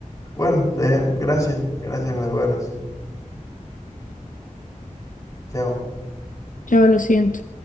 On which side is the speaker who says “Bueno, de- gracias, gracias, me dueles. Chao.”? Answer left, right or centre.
Left